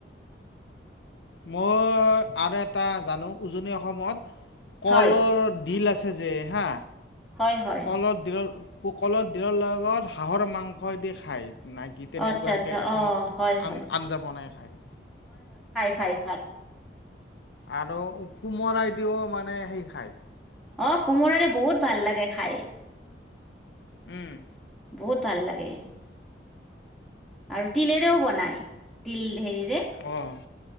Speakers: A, on the left; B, in the centre.
A: মই আৰু এটা জানো উজনি অসমত কলৰ
B: হয়
A: ডিল আছে। যে হা
B: হয় হয়
A: কলৰ ডিলৰ কলত দিলৰ লগত হাঁহৰ মাংসদি খায়। না কি তেনেকুৱাকে
B: অঁ আচ্ছা আচ্ছা
A: এখন
B: অঁ হয় হয়
A: আ আঞ্জা বনাই খায়।
B: খায় খায়।
A: আৰু কোমৰাইদিও মানে সে খাই।
B: অ কোমোৰাৰে বহুত ভাল লাগে খাই।
A: উম।
B: বহুত ভাল লাগে। আৰু তিলেৰেও বনায় তিল হেৰিৰে
A: অ'।